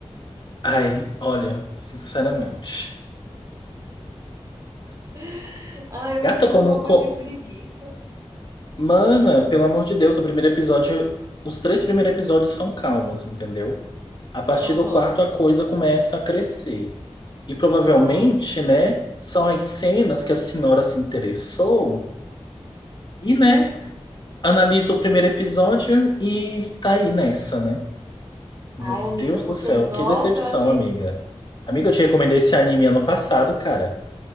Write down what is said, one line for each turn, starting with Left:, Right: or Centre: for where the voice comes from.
Left: Ai, olha, sinceramente.
Right: <laughs> Ai, eu
Left: Gata,
Right: fiquei
Left: como.
Right: com um pouco
Left: co-
Right: de preguiça.
Left: Mana, pelo amor de Deus, o primeiro episódio. Os três primeiros episódios são calmos, entendeu? A partir
Right: Aham.
Left: do quarto, a coisa começa a crescer. E provavelmente,
Right: Ah.
Left: né, são as cenas que a senhora se interessou e, né, analisa o primeiro episódio e tá aí nessa, né? Meu
Right: Ai, amiga,
Left: Deus
Right: porque,
Left: do céu,
Right: nossa,
Left: que decepção,
Right: eu achei.
Left: amiga. Amiga, eu te recomendei esse anime ano passado, cara.